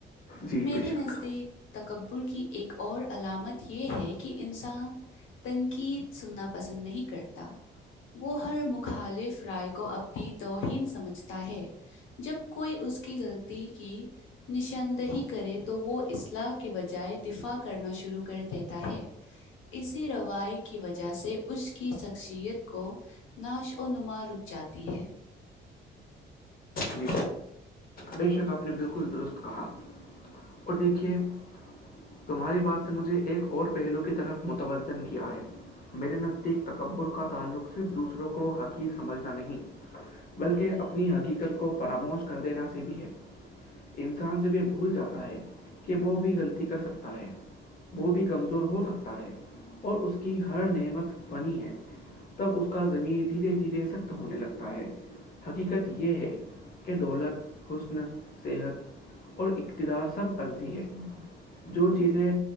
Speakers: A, on the left; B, on the left.
A: جی
B: میرے
A: بے شک
B: نزدیک تکبر کی ایک اور علامت یہ ہے کہ انسان تنقید سننا پسند نہیں کرتا وہ ہر مخالف رائے کو اپنی توہین سمجھتا ہے جب کوئی اس کی غلطی کی نشاندہی کرے تو وہ اصلاح کے بجائے دفاع کرنا شروع کر دیتا ہے اسی روای کی وجہ سے اس کی شخصیت کو نعش و نما رک جاتی ہے
A: جی بے شک آپ نے بالکل درست کہا اور دیکھیے تمہاری بات سے مجھے ایک اور پہلو کی طرف متوجن کیا ہے میرے نزدیک تکبر کا تعلق صرف دوسروں کو حقی سمجھنا نہیں بلکہ اپنی حقیقت کو فاموش کر دینا سے بھی ہے انسان سےب یہ بھول جاتا ہے کہ وہ بھی غلطی کر سکتا ہے وہ بھی کمزور ہو سکتا ہے اور اس کی ہر نعمت بنی ہے تب اس کا زمین دھیرے دھیرے سخت ہونے لگتا ہے حقیقت یہ ہے کہ دولت حسن صحت اور اقتدار سب عرضی ہے جو چیزیں